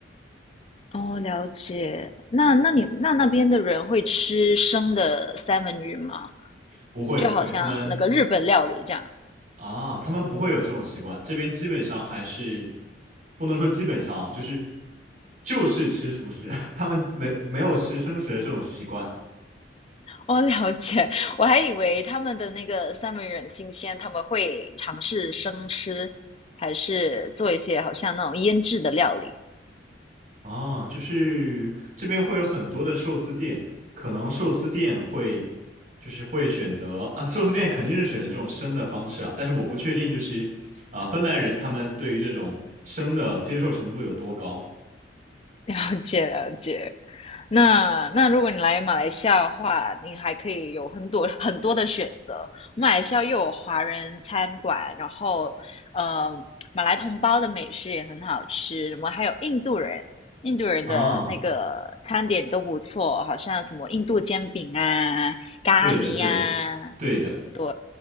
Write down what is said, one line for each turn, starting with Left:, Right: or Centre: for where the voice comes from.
Left: 哦，了解。那那你那那边的人会吃生的三文鱼吗？
Right: 不会不会，
Left: 就好像那个日本料理这样。
Right: 他们啊，他们不会有这种习惯，这边基本上还是不能说基本上啊，就是就是吃熟食，<laughs> 他们没没有吃生食的这种习惯。
Left: 哦，了解。我还以为他们的那个三文鱼很新鲜，他们会尝试生吃，还是做一些好像那种腌制的料理。
Right: 啊，就是这边会有很多的寿司店，可能寿司店会就是会选择啊，寿司店肯定是选择这种生的方式啊，但是我不确定就是啊，芬兰人他们对于这种生的接受程度有多高
Left: 了解，了解。那那如果你来马来西亚的话，你还可以有很多很多的选择。马来西亚又有华人餐馆，然后呃，马来同胞的美食也很好吃，什么还有印度人，印度人的那个餐点都不错，
Right: 啊？
Left: 好像什么印度煎饼啊、咖喱呀，
Right: 对的，对的，对的，
Left: 对，